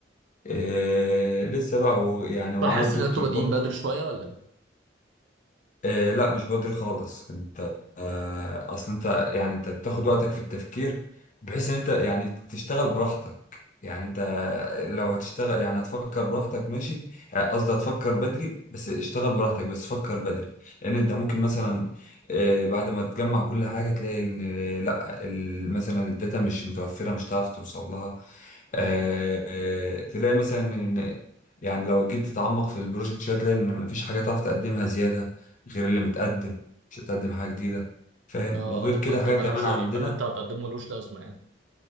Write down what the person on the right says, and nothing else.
طب حاسس
ان انتم بادئين
بدري شويه ولا ايه؟
مم.
اه
اه فانت
مالكش
يعني فاللي انت هتقدمه ملوش لازمه يعني